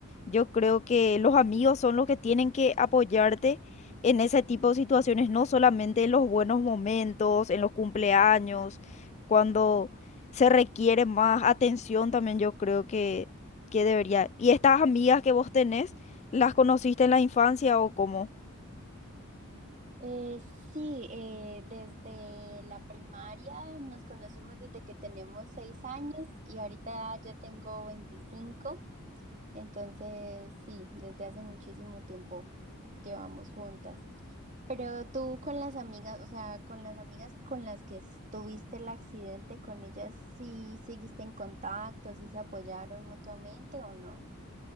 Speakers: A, on the left; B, on the right.
A: Yo creo que los amigos son los que tienen que apoyarte en ese tipo de situaciones, no solamente en los buenos momentos, en los cumpleaños, cuando se requiere más atención también yo creo que, que debería. ¿Y estas amigas que vos tenés, las conociste en la infancia o cómo?
B: Eh, sí, eh, desde la primaria nos conocimos desde que tenemos seis años y ahorita ya tengo 25, entonces sí, desde hace muchísimo tiempo llevamos juntas. Pero tú con las amigas, o sea, con las amigas con las que tuviste el accidente, ¿con ellas sí seguiste en contacto, sí se apoyaron mutuamente o no?